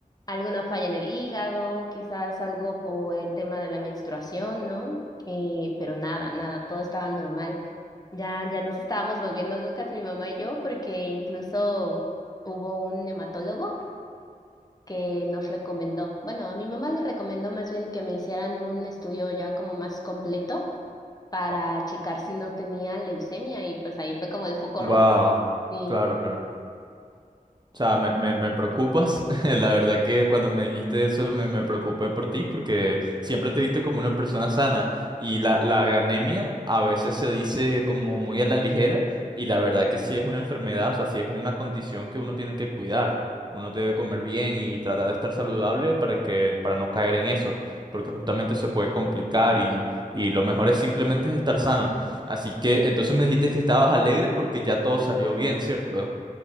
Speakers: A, on the left; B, on the right.
A: alguna falla en el hígado, quizás algo por el tema de la menstruación, ¿no? Eh, pero nada, nada, todo estaba normal. Ya, ya nos estábamos volviendo locas mi mamá y yo, porque incluso hubo un hematólogo que nos recomendó. Bueno, a mi mamá le recomendó más bien que me hicieran un estudio ya como más completo para checar si no tenía leucemia y pues ahí fue como el foco
B: Wow,
A: rojo. Sí.
B: claro, claro. O sea, me, me, me preocupas. <laughs> La verdad que cuando me dijiste eso me, me preocupé por ti porque siempre te he visto como una persona sana y la, la anemia a veces se dice como muy a la ligera y la verdad que sí es una enfermedad, o sea, sí es una condición que uno tiene que cuidar. Uno debe comer bien y tratar de estar saludable para que, para no caer en eso, porque justamente se puede complicar y, y lo mejor es simplemente estar sano. Así que entonces me dijiste que estabas alegre porque ya todo salió bien, ¿cierto?